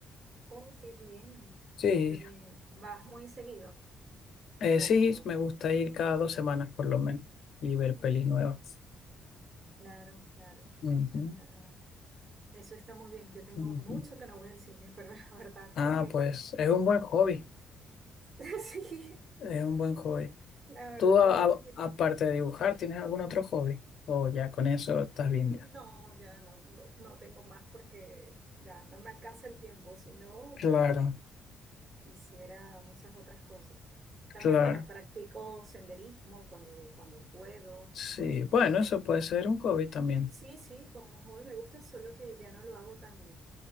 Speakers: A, on the right (about 55°); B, on the left (about 65°).
A: Oh, qué bien,
B: Sí,
A: qué bien. ¿Vas muy seguido?
B: eh,
A: O
B: sí,
A: cuando...
B: me gusta ir cada dos semanas por lo menos y ver
A: Mm,
B: pelis nuevas.
A: Claro, claro.
B: Ujú,
A: Eso está, eso está muy bien. Yo tengo
B: ujú.
A: mucho que no voy al cine, pero <laughs> la verdad
B: Ah,
A: que
B: pues es un buen hobby,
A: <laughs> sí.
B: es un buen hobby.
A: La verdad
B: ¿Tú a-
A: que
B: a-
A: sí.
B: aparte de dibujar, tienes algún otro hobby? O ya con eso estás bien
A: No,
B: ya.
A: ya no, no, no tengo más porque ya no me alcanza el tiempo. Si no, bueno.
B: Claro,
A: hiciera muchas otras cosas. También,
B: claro.
A: bueno, practico senderismo cuando, cuando puedo.
B: Sí, bueno,
A: Eh,
B: eso puede ser un hobby también.
A: sí, sí, como joven me gusta, solo que ya no lo hago tan,